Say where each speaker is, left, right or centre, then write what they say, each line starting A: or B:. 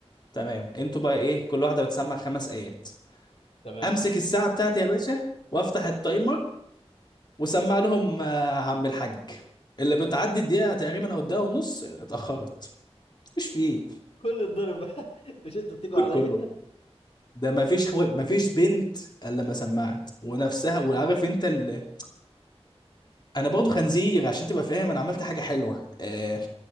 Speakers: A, on the left (about 40°); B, on the left (about 65°).
A: تمام انتوا بقى ايه كل واحده بتسمع خمس ايات
B: تمام
A: امسك الساعه بتاعتي يا باشا وافتح التايمر وسمع لهم آه، عم الحاج اللي بتعدي الدقيقه تقريبا او الدقيقه ونص اتاخرت مش فيه
B: كل الضرب بقى <laughs> مش انتوا بتيجوا
A: كل-
B: عليا
A: كله ايه ده ما فيش ما فيش بنت الا لما سمعت ونفسها وعارف انت ال... انا برضه خنزير عشان تبقى فاهم انا عملت حاجه حلوه آه...